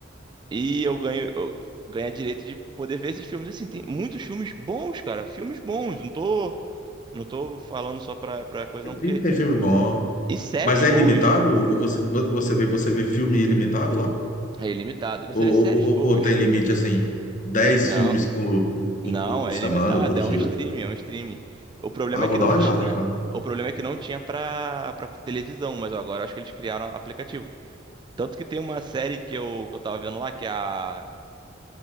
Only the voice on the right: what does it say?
E eu ganho, eu ganho a direito de poder ver esses filmes. Assim, tem muitos filmes bons, cara. Filmes bons. Não tô, não tô falando só pra, pra coisa,
não, porque.
E séries
boas.
É ilimitado. E Você
vê séries
boas.
Não.
Não,
é
limitado,
é um streaming, é um streaming. O problema
é
que não
tinha,
o problema é que não tinha pra para televisão, mas agora acho que eles criaram aplicativo. Tanto que tem uma série que eu, que eu tava vendo lá que é a